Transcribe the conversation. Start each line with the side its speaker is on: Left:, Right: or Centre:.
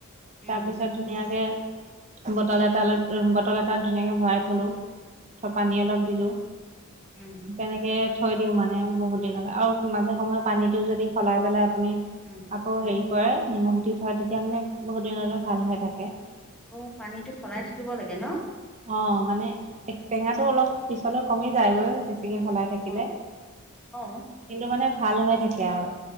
Centre: উম
Right: তাৰপিছত ধুনীয়াকে বটল এটাল বটল এটাত ধুনীয়াকে ভৰাই থলো পানী অলপ দিলো
Centre: উম
Right: তেনেকে থৈ দিও মানে বহুত দিনলৈ আৰু মাজে সময়ে পানীতটো যদি সলাই পেলাই আপুনি
Centre: উম
Right: আকৌ হেৰি কৰে নিমখ দি থয় তেতিয়া মানে বহুত দিনলৈ ভাল হৈ থাকে
Centre: অ পানীতটো সলাই থাকিব লাগে ন
Right: অ মানে টেঙাটো অলপ পিছলে কমি যায়গৈ সলাই থাকিলে
Centre: অ অ
Right: কিন্তু মানে ভাল হৈ থাকে আৰু